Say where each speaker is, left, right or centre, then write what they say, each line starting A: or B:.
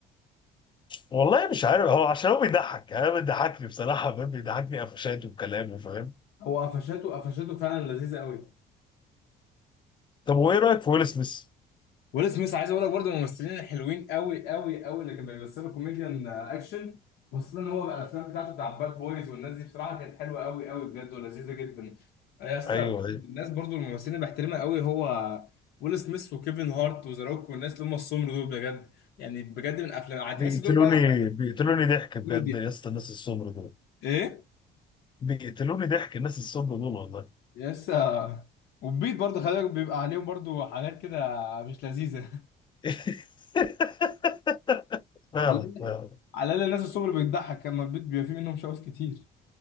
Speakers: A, on the left; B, on the left.
A: والله مش عارف هو عشان هو بيضحك يعني أنا بيضحكني بصراحه فاهم بيضحكني قفشاته وكلامه فاهم
B: هو قفشاته قفشاته فعلا لذيذة قوي
A: طب وايه رايك في ويل سميث؟
B: ويل سميث عايز اقول لك برضه من الممثلين الحلوين قوي قوي قوي اللي كانوا بيمثلوا كوميديان اكشن خاصة هو بقى الافلام بتاعته بتاع باد بويز والناس دي بصراحة كانت حلوة قوي قوي بجد ولذيذة جدا يا اسطى
A: ايوه ايوه
B: بجد الناس برضه الممثلين اللي بحترمها قوي هو ويل سميث وكيفن هارت وذا روك والناس اللي هم السمر دول بجد يعني بجد من افلام هتحس
A: بيقتلوني
B: دول بقى
A: بيقتلوني ضحك بجد
B: كوميديا
A: يا اسطى الناس السمر دول
B: ايه
A: بيقتلوني ضحك الناس الصم دول والله
B: يسا والبيض برضه خلي بالك بيبقى عليهم برضه حاجات كده مش لذيذة
A: <laughs> فعلا
B: <laughs> على الأقل
A: فعلا
B: على الأقل الناس الصبر بتضحك لما البيض بيبقى فيه منهم شواذ كتير